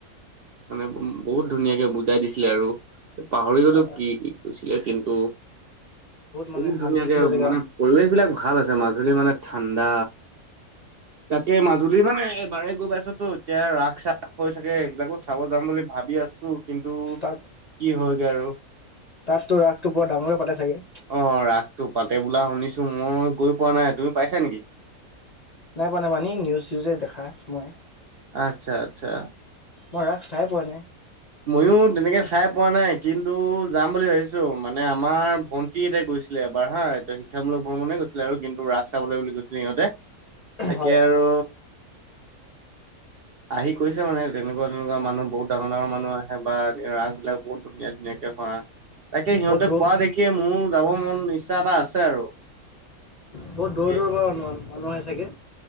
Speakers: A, on the right; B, on the left.
A: মানে বহুত ধুনীয়াকে বুজাই দিছিলে আৰু পাহৰি গলো
B: অ
A: কি কি কৈছিলে কিন্তু বহুত
B: মানে শান্তিপ্ৰিয়
A: ধুনীয়াকে
B: জেগা
A: মানে পৰিৱেশ বিলাক ভাল আছে মাজুলী মানে ঠাণ্ডা তাকে মাজুলী মানে এবাৰে গৈ পাইছো তো এতিয়া ৰাস চাস হৈ থাকে সেইবিলাকো চাব যাম বুলি ভাবি আছো। কিন্তু
B: তাত
A: কি হয়গৈ আৰু
B: তাততো ৰাসটো বৰ ডাঙৰকে পাতে চাগে।
A: অ ৰাসটো পাতে বোলা শুনিছো মই গৈ পোৱা নাই তুমি পাইছা নেকি
B: নাই পোৱা নাই পোৱা নিউজ চিউজে দেখা মই।
A: আচ্ছা আচ্ছা
B: মই ৰাস চাই পোৱা নাই
A: মইয়ো তেনেকে চাই পোৱা নাই কিন্তু যাম বুলি ভাবিছো মানে আমাৰ ভন্টি হেতে গৈ গৈছিলে এবাৰ হা এতিয়া শিক্ষামূলক ভ্ৰমণে গৈছিলে আৰু কিন্তু ৰাস চাবলৈ বুলি গৈছিলে সিহঁতে। তাকে
B: হয়
A: আৰু আহি কৈছে মানে তেনেকুৱা তেনেকুৱা মানুহ বহুত ডাঙৰ ডাঙৰ মানুহ আহে বাৰ ৰাসবিলাক বহুত ধুনীয়া ধুনীয়াকে হোৱা তাকে সিহঁতে
B: বহুত দূৰ
A: কোৱা দেখিয়ে মোৰ যাব মন ইচ্ছা এটা আছে আৰু
B: বহুত দূৰ
A: এ
B: দূৰৰ পৰা ম মানুহ হয় চাগে